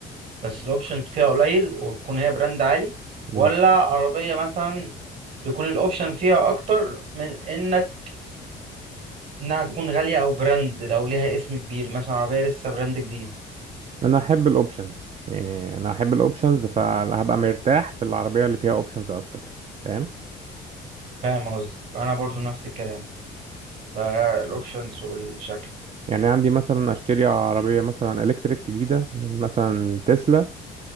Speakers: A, on the right; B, on the right.
A: بس الاوبشن فيها قليل وتكون هي براند عالي ولا
B: مم.
A: عربية مثلا يكون الاوبشن فيها اكتر من انك انها تكون غالية او براند لو ليها اسم كبير مثلا عربية لسه براند جديد
B: انا احب الاوبشنز يعني انا احب الاوبشنز فهبقى مرتاح في العربية اللي فيها اوبشنز اكتر فاهم
A: فاهم قصدي انا برضو نفس الكلام ده الاوبشنز والشكل
B: يعني عندي مثلا اشتري عربيه مثلا الكتريك جديده من مثلا تسلا